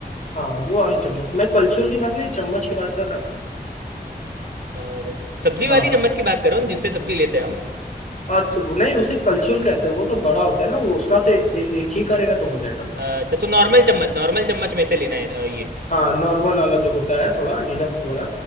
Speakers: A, on the left; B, on the right.
A: हाँ वो वाला चम्मच मैं कलछुल की बात नहीं चम्मच की बात कर रहा हूँ
B: अ, ज- सब्जी
A: हाँ
B: वाली चम्मच की बात करो न, जिससे सब्जी लेते हैं हम
A: अच्छा वो नहीं उसे कलछुल कहते हैं वो तो बड़ा होता है ना वो उसका तो ए, ए- एक ही करेगा तो हो जाएगा
B: अच्छा तो नॉर्मल चम्मच नॉर्मल चम्मच में से लेना है अ, ये
A: हाँ नॉर्मल वाला जो होता है थोड़ा इनफ वाला